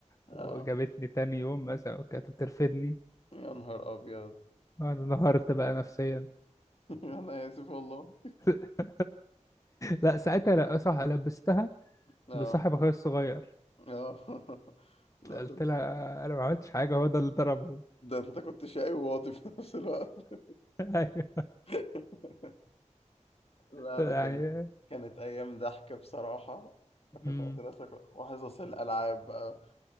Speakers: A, on the left; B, on the left.
A: اه
B: وجابتني تاني يوم مثلا وكانت ترفدني
A: يا نهار ابيض
B: أنا انهارت بقى نفسيا
A: <laughs> انا اسف والله
B: <laughs> لا ساعتها لا صح لبستها
A: اه
B: لصاحب أخويا الصغير
A: اه <laughs> لا
B: قلت
A: طب-
B: لها أنا ما عملتش حاجة هو ده اللي ضربه
A: ده انت كنت شقي وواطي في نفس الوقت
B: <laughs> أيوه
A: <laughs> لا
B: يعني
A: لا كانت كانت ايام ضحك بصراحه في
B: امم
A: المدرسه كنت- وحصص الالعاب بقى